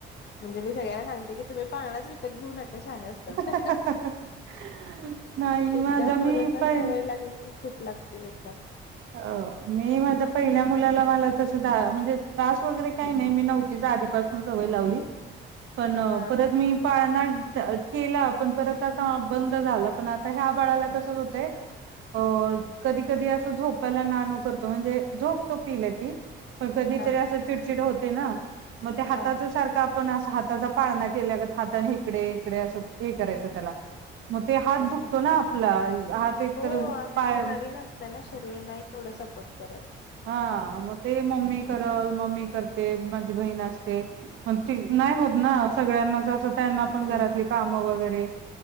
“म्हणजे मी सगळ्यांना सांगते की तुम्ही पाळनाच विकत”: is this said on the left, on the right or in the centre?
Left